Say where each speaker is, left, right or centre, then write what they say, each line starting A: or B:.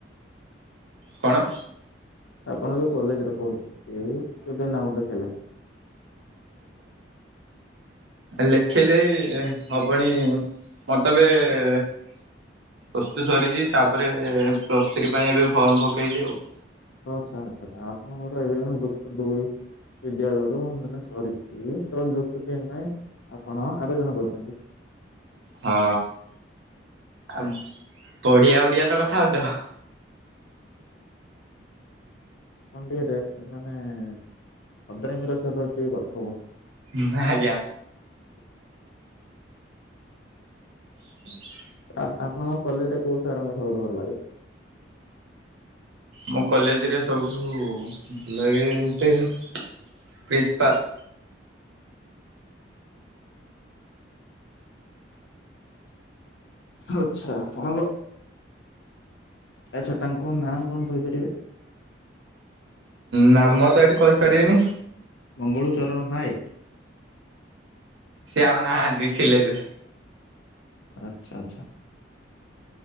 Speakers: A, on the right (about 80°); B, on the left (about 80°).
A: କଣ?
B: ଆପଣ ଯୋଉ କଲେଜ ରେ ପଢୁଛନ୍ତି। ସେ କେବେ ନା ମୁଣ୍ଡ ଖଲେ।
A: ଲଖଲେ। ଏ ହବ ପଣି ମତେ ଏବେ ପ୍ରସ୍ତୁତ ସରିଛି ତାପରେ ପ୍ଲସ୍ ଥ୍ରୀ ପାଇଁ ଏବେ ଫର୍ମ ପକେଇଛି ଆଉ।
B: ଆଚ୍ଛା ଆଚ୍ଛା ଆପଣଙ୍କର ଏବେ‌ ଏବେ ଯୁକ୍ତ ଦୁଇ ବିଦ୍ୟାଳୟରୁ ମାନେ ସରିଛି ତ ଯୁକ୍ତ ତିନି ପାଇଁ ଆପଣ ଆବେଦନ କରିଛନ୍ତି।
A: ହଁ ଆଉ ବଢିଆ ବଢିଆ ତ କ ଥାଉ ଯାଅ।
B: ମନ୍ଦିରରେ ମାନେ ଭଦ୍ରାମୀର ସହିତ ଟିକେ କଥା ହୁହନ୍ତୁ।
A: ନା ଆଜ୍ଞା।
B: <unintelligible>
A: ହ <unintelligible>
B: ଆ- ଆପଣଙ୍କ କଲେଜରେ କୋଉ ସାରଙ୍କୁ ସବୁଠୁ ଭଲ ଲାଗେ?
A: ମୋ କଲେଜରେ ସବୁଠୁ ଭଲଲାଗେ ପ୍ରିନ୍ସିପାଲ।
B: ଆଛା ଆପଣଙ୍କ ଆଛା ତାଙ୍କ ନାଁ କଣ କହିପାରିବେ?
A: ନାମ ତ ଏଇଠି କହିପାରିବିନି।
B: ମଙ୍ଗଳ ଚରଣ ନାୟକ?
A: ସେ ଆଉ ନାହାନ୍ତି ଥିଲେ ଯେ।
B: ଆଛା ଆଛା,